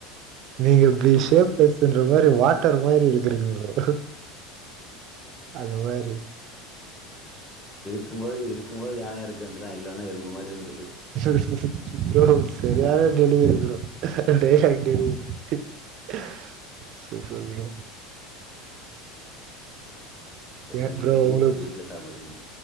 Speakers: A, on the right; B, on the left.
A: நீங்க இப்பிடிசேப்லேஸ்ற
B: ஆமா.
A: மாரி வாட்டர் மாரி இருக்கிறீங்க ப்ரோ அது மாரி
B: இருக்கும் போது இருக்கும் போது யானையா இருக்க வேண்டியான் இல்லன்ன எறும்பு மாரி இருந்
A: <inaudible> ப்ரோ செரியான டெலிவரி ப்ரோ <unintelligible> <inaudible> சூப்பர் ப்ரோ
B: போய்
A: ஏ
B: நீங்க
A: ப்ரோ
B: போய்
A: உங்களுக்கு
B: வீட்டு ச வீட்ல சாப்பிடுங்க.